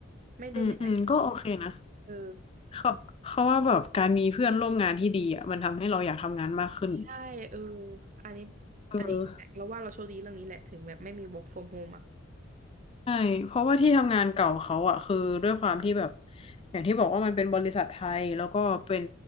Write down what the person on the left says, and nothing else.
อืมอืมก็โอเคนะ
เขาเขาว่าแบบการมีเพื่อนร่วมงานที่ดีอ่ะมันทำให้เราอยากทำงานมากขึ้น
เออ
ใช่เพราะว่าที่ทำงานเก่าเขาอะคือด้วยความที่แบบอย่างที่บอกว่ามันเป็นบริษัทไทยแล้วก็เป็น